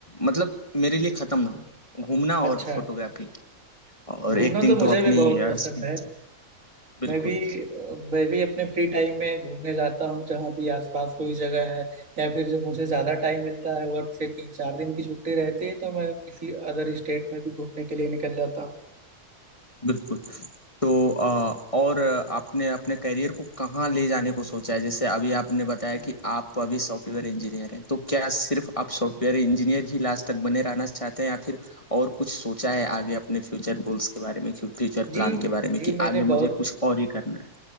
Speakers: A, on the left (about 20°); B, on the right (about 55°).
A: मतलब मेरे लिए खत्म ना हो घूमना
B: अच्छा
A: और फोटोग्राफी और
B: घूमना
A: एक्टिंग
B: तो मुझे
A: तो अपनी
B: भी बहुत
A: अ,
B: पसंद
A: speech
B: है
A: है बिल्कुल
B: मैं भी मैं भी अपने फ्री टाइम में घूमने जाता हूँ जहाँ भी आसपास कोई जगह है या फिर जब मुझे ज्यादा टाइम मिलता है वर्क से तीन चार दिन की छुट्टी रहती है तो मैं किसी अदर स्टेट में भी घूमने के लिए निकल जाता हूँ
A: बिल्कुल तो अ, और आपने अपने करियर को कहाँ ले जाने को सोचा है जैसे अभी आपने बताया कि आप अभी सॉफ्टवेयर इंजीनियर हैं तो क्या सिर्फ आप सॉफ्टवेयर इंजीनियर ही लास्ट तक बने रहना चाहते हैं या फिर और कुछ सोचा है आगे अपने फ्यूचर गोल्स के बारे में फ्यूचर प्लान
B: जी
A: के बारे
B: जी
A: में कि
B: मैंने
A: आगे
B: बहुत
A: मुझे कुछ और ही करना है